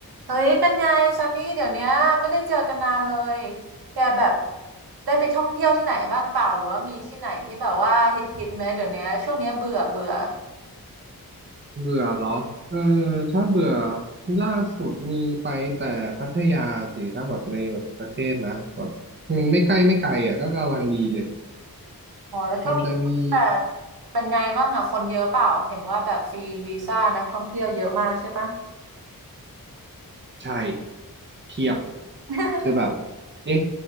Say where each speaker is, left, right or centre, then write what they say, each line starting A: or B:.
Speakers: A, on the right (about 90°); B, on the right (about 30°).
A: เฮ้ย เป็นไงซันนี่เดี๋ยวเนี้ยไม่ได้เจอกันนานเลยแกแบบได้ไปท่องเที่ยวที่ไหนบ้างเปล่าหรือว่ามีที่ไหนที่แบบว่าฮิตฮิตไหมเดี๋ยวเนี้ยช่วงเนี้ยเบื่อเบื่อ
B: เบื่อเหรอเออถ้าเบื่อล่าสุดมีไปแต่พัทยาสิ ถ้าแบบในแบบประเทศนะแบบมันไม่ใกล้ไม่ไกลอ่ะก็กำลังดีเลย
A: อ๋อแล้วช่วงนี้แบบ
B: มันจะมี
A: เป็นไงบ้างอ่ะคนเยอะเปล่าเห็นว่าแบบฟรีวีซ่านักท่องเที่ยวเยอะมากใช่ปะ
B: ใช่เพียบ
A: <laughs>
B: คือแบบเอ๊ะ